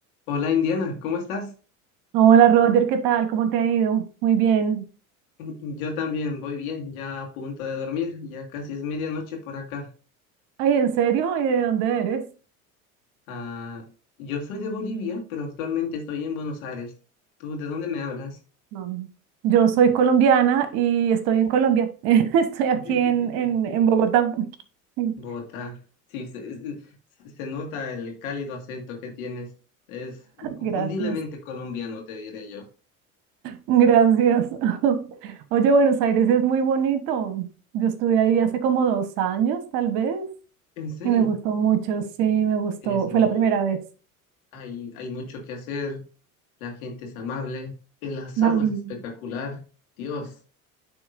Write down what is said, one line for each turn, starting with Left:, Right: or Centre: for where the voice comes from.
Left: Hola Indiana, ¿cómo estás?
Right: Hola Roger, ¿qué tal? ¿Cómo te ha ido? Muy bien.
Left: Mm, Yo también voy bien, ya a punto de dormir, ya casi es medianoche por acá.
Right: Ay, ¿en serio? ¿Y de dónde eres?
Left: Ah, yo soy de Bolivia, pero actualmente estoy en Buenos Aires. ¿Tú de dónde me hablas?
Right: No. Yo soy colombiana y estoy en Colombia. <laughs> Estoy aquí
Left: <laughs>
Right: en, en, en Bogotá. Sí.
Left: Bogotá. Sí, se, eh, se- se nota el cálido acento que tienes. Es inconfundiblemente
Right: Gracias.
Left: colombiano, te diré yo.
Right: Gracias. <laughs> Oye, Buenos Aires es muy bonito. Yo estuve ahí hace como dos años, tal vez,
Left: ¿En serio?
Right: y me gustó mucho. Sí, me gustó.
Left: Es muy
Right: Fue la
Left: lindo.
Right: primera vez.
Left: Hay, hay mucho que hacer, la gente es amable, el asado
Right: Ah, bien.
Left: es espectacular. Dios.